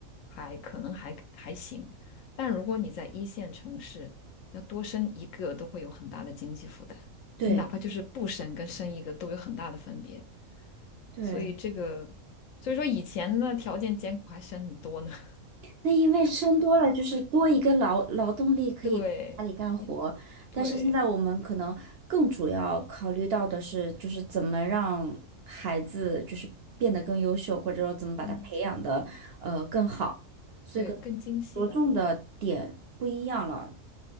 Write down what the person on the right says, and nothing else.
对
对，
那因为生多了就是多一个劳劳动力可以家里干活，
但是现在我们可能更主要考虑到的是，
就是怎么让孩子就是变得更优秀，或者说怎么把他培养的呃更好，
所以可能
着重的点不一样了。